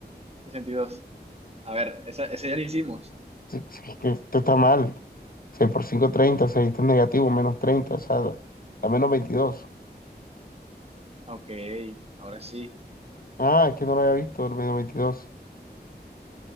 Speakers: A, on the right; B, on the left.
A: 62. A ver, esa, esa ya la hicimos.
B: Sí, sí, es que esto está mal. seis por cinco 30 seis esto es negativo, menos treinta O sea, da da menos veintidós
A: Ok, ahora sí.
B: Ah, es que no lo había visto, el menos veintidós